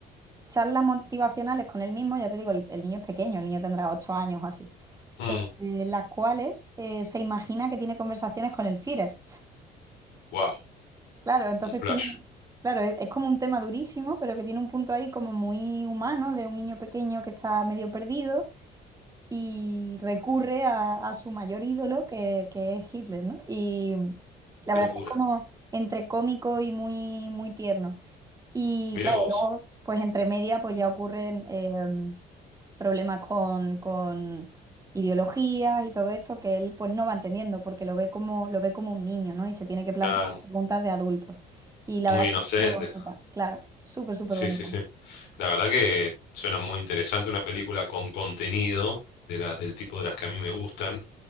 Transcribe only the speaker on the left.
Mm,
wow,
un flash.
Qué
locura.
Mira
vos.
Claro,
muy
inocente.
Sí,
sí, sí. La verdad que suena muy interesante una película con contenido de la, del tipo de las que a mí me gustan.